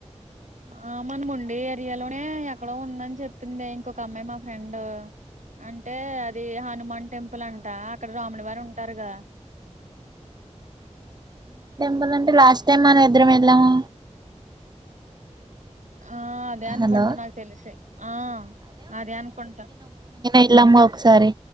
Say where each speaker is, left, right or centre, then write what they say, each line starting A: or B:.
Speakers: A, on the right; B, on the right.
A: ఆ మన ఉండి ఏరియాలోనే ఎక్కడో ఉందని చెప్ింది ఇంకొక అమ్మాయి మా ఫ్రెండ్ అంటే అది హనుమాన్ టెంపుల్ అంట అక్కడ రాముడి వారు ఉంటారు కదా
B: ందంటే లాస్ట్ టైమ్ మనం ఇద్దరం వెళ్దాము
A: ఆ అదే అనుకుంటా
B: హలో
A: నాకు తెలిసి ఆ అదే అనుకుంటా
B: ఇల్మ్ ఒకసారి